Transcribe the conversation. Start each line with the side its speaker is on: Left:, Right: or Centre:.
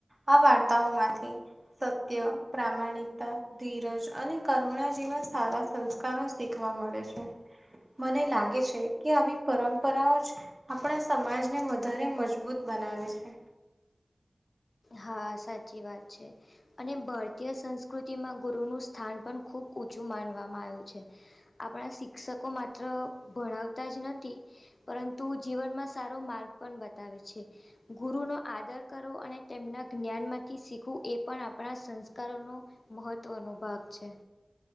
Right: આ વાર્તાઓ માંથી સત્ય, પ્રામાણિકતા, ધીરજ અને કરુણા જેવા સારા સંસ્કારો શીખવા મળે છે. મને લાગે છે કે આવી પરંપરાઓ જ આપણા સમાજને વધારે મજબૂત બનાવે છે.
Left: હા, સાચી વાત છે. અને ભારતીય સંસ્કૃતિમાં ગુરુનું સ્થાન પણ ખૂબ ઊંચું માનવામાં આયું છે. આપણા શિક્ષકો માત્ર ભણાવતા જ નથી પરંતુ જીવનમાં સારો માર્ગ પણ બતાવે છે. ગુરુનો આદર કરવો, અને તેમના જ્ઞાનમાંથી શીખવું એ પણ આપણા સંસ્કારોનો મહત્ત્વનો ભાગ છે.